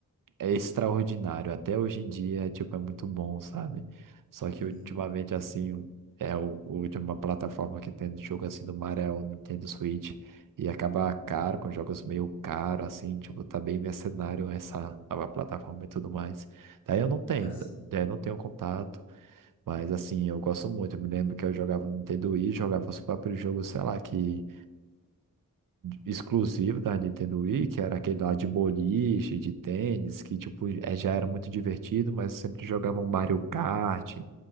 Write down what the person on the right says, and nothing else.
é, é extraordinário. Até hoje em dia, tipo, é muito bom, sabe? Só
que ultimamente, assim, é o, o de uma plataforma que tem jogo assim do Mario é o Nintendo Switch. E acaba caro, com jogos meio caro, assim, tipo, tá bem mercenário essa nova plataforma e tudo mais. Daí eu não tenho,
daí eu não tenho contato. Mas assim, eu gosto muito. Eu me lembro que eu jogava no Nintendo Wii, jogava os próprios jogos, sei lá, que exclusivo da Nintendo Wii, que era aquele lá de boliche, de tênis, que tipo, é, já era muito divertido, mas eu sempre jogava um Mario Kart,